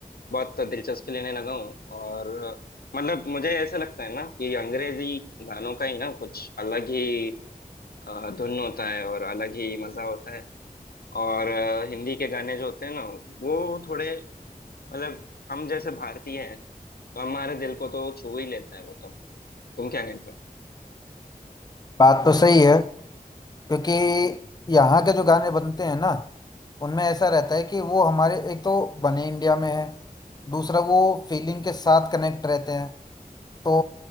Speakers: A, on the left (about 85°); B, on the left (about 25°).
A: बहुत दिलचस्पी लेने लगा हूँ और अ, मतलब मुझे ऐसा लगता है ना कि अंग्रेजी गानों का ही ना कुछ अलग ही अ, धुन होता है और अलग ही मजा होता है और अ, हिंदी के गाने जो होते हैं ना वो थोड़े मतलब हम जैसे भारतीय हैं तो हमारे दिल को तो छू ही लेता है वो तो तुम क्या कहते हो
B: बात तो सही है क्योंकि यहाँ के जो गाने बनते हैं ना उनमें ऐसा रहता है कि वो हमारे एक तो बने इंडिया में है दूसरा वो फीलिंग के साथ कनेक्ट रहते हैं तो